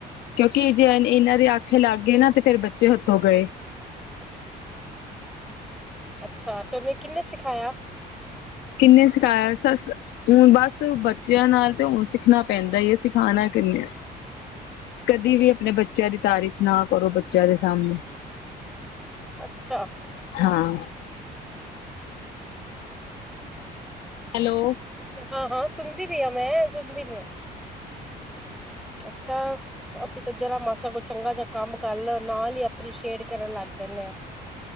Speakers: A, on the left; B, in the centre.
A: ਕਿਉਂਕਿ ਜੇ ਇਹਨਾਂ ਦੇ ਆਖੇ ਲੱਗ ਗਏ ਨਾ ਤੇ ਫੇਰ ਬੱਚੇ ਹੱਥੋਂ ਗਏ।
B: ਅੱਛਾ ਤੇ ਉਹਨੇ ਕਿੰਨੇ ਸਿਖਾਇਆ।
A: ਕਿੰਨੇ ਸਿਖਾਇਆ ਸੱਸ ਹੁਣ ਬਸ ਬੱਚਿਆਂ ਨਾਲ ਤਾਂ ਹੁਣ ਸਿੱਖਣਾ ਪੈਂਦਾ ਹੀ ਹੈ ਸਿਖਾਉਣਾ ਕਿੰਨੇ ਐ ਕਦੀ ਵੀ ਆਪਣੇ ਬੱਚਿਆਂ ਦੀ ਤਾਰੀਫ਼ ਨਾ ਕਰੋ ਬੱਚਿਆਂ ਦੇ ਸਾਹਮਣੇ।
B: ਅੱਛਾ,
A: ਹਾਂ। ਹੈਲੋ,
B: ਹਾਂ ਹਾਂ ਸੁਣਦੀ ਪਈ ਆ ਮੈਂ ਸੁਣਦੀ ਪਈ ਆ। ਅੱਛਾ ਅਸੀਂ ਤਾਂ ਜਰਾ ਮਾਸਾ ਕੋਈ ਚੰਗਾ ਜਿਹਾ ਕੰਮ ਕਰ ਲੋ। ਨਾਲ ਹੀ ਅਪ੍ਰਸ਼ੀਏਟ ਕਰਨ ਲੱਗ ਜਾਂਨੇ ਆ।